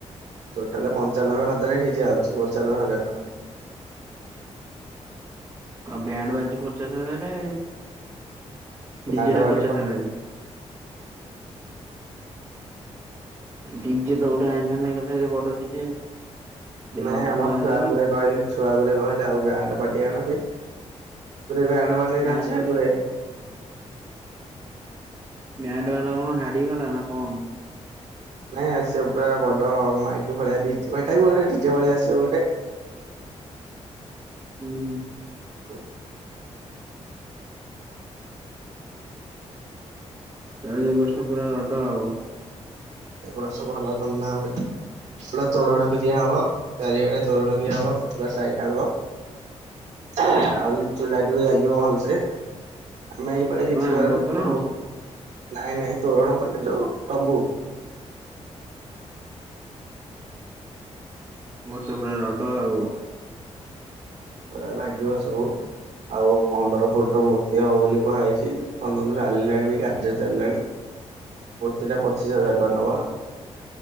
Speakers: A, on the right (about 70°); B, on the right (about 25°).
A: ଟୋଟାଲ ପଞ୍ଚାନବେ ହଜାର ଡିଜେ ଆଉଚି ପଞ୍ଚାନବେ ହଜାର ଟଙ୍କାରେ।
B: ଆଉ ବ୍ୟାଣ୍ଡ ବାଜି ପଚାଶ ହଜାର।
A: ବ୍ୟାଣ୍ଡ
B: ଡିଜେଟା
A: ପାର୍ଟି
B: ପଚାଶ
A: ହଁ
B: ହଜାର। ଡି ଯେ ତ ଗୋଟେ ଆଣିଥାନ୍ତେ ଏକାଥରେ ବଡ ଡିଜେ।
A: ନାଇଁ
B: ଲକ୍ଷେ
A: ଆମର
B: ଟଙ୍କା
A: ଛୁଆ
B: ଦେଇକି
A: ଗୁଡ଼େ କହିଲେ ଛୁଆ ଗୁରେ କହିଲେ ଆଉ ବ୍ୟାଣ୍ଡ ପାଟି ଆଣ ବି ଗୁରେ ବ୍ୟାଣ୍ଡ ପାଟି
B: ବ୍ୟାଣ୍ଡ
A: ନଚିବେ
B: ବାଲି
A: ଗୁରେ।
B: ବ୍ୟାଣ୍ଡ ବାଲା କଣ ହାଡିଗଲା ନା କଣ?
A: ନାଇଁ ଆସିବ ପୁରା ବଡ ମାଇକି ଭଳିଆ ମାଇଟା ବି ଗୋଟେ ଢଜେ ଭଳିଆ ଆସିବ ଗୋଟେ।
B: ହୁଁ ହୁଁ
A: ହ
B: ତାଲେ ଏ ବର୍ଷ ପୁରା ରଡ ଆଉ।
A: ଏ ବର୍ଷ ଭଲ ଧୁମ ଧାମ ରେ। ଭଲ ତୋରଣ ବି ଦିଆ ହବ ଚାରିଆଡେ ତୋରଣ ଦିଆ ହବ ସେ ପୁରା ସାଇଟାଙ୍କ। ଆଉ ଲିଚୁ ଲାଇଟି ବି ଲାଗିବ ଭଲସେ। ଆମେ ସବେଳେ କିଛି
B: କଣ ଆମ୍ବ
A: କରିବୁନି
B: ତୋରଣ
A: ସବୁ ନାଇଁ ନାଇଁ ତୋରଣ ମାନେ ଯୋଉ ତମ୍ବୁ
B: ମୋର ତ ପୁରା ରଡ ଆଉ।
A: ପରା ଲାଗିବ ସବୁ। ଆଉ ପନ୍ଦର ଫୁଟ ର ମୂର୍ତି ହବ ବୋଲି କୁହାଯାଇଚି ପନ୍ଦର ଫଟ ଚାଲିଲାଣି ବି କାର୍ଯ୍ୟରେ ଚାଲିଲାଣି। ମୂର୍ତ୍ତି ଟା ପଚିଶ ହଜାର ଟଙ୍କା ନବ।